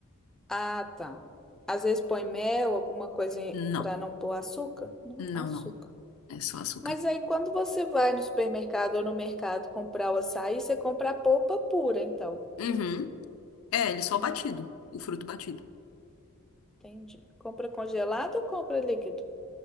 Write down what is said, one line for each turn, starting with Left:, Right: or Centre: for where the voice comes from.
Centre: Ah, tá. Às vezes põe mel, alguma coisa
Left: Não,
Centre: para não pôr açúcar? Não,
Left: não,
Centre: açúcar.
Left: não. É só açúcar.
Centre: Mas aí quando você vai no supermercado ou no mercado comprar o açaí, você compra a polpa pura, então.
Left: Uhum. É, ele só
Centre: Hum,
Left: batido, o fruto batido.
Centre: entendi. Compra congelado ou compra líquido?